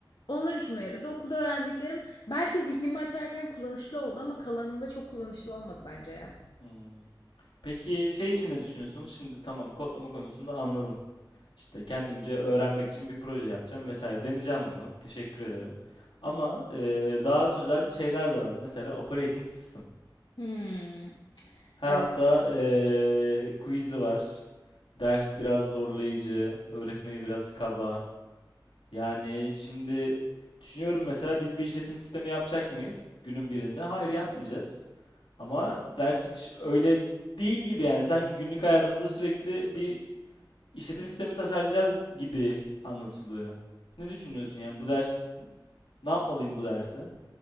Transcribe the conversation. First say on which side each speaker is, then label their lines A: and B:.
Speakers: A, on the left (about 65°); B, on the left (about 85°).
A: onlar işime yaradı. Okulda öğrendiklerim belki zihnimi açarken kullanışlı oldu ama kalanında çok kullanışlı olmadı bence ya.
B: Hmm. Peki şey için ne düşünüyorsunuz? Şimdi tamam kodlama konusunda anladım. İşte kendimce öğrenmek için bir proje yapacağım vesaire. Deneyeceğim bunu. Teşekkür ederim. Ama e, daha özel şeyler de var. Mesela operating system.
A: Hmm,
B: Her
A: evet.
B: hafta e, quiz'i var. Ders biraz zorlayıcı, öğretmeni biraz kaba. Yani şimdi düşünüyorum mesela biz bir işletim sistemi yapacak mıyız günün birinde? Hayır yapmayacağız. Ama ders hiç öyle değil gibi yani sanki günlük hayatımızda sürekli bir işletim sistemi tasarlayacağız gibi anlatılıyor. Ne düşünüyorsun yani bu ders ne yapmalıyım bu dersi?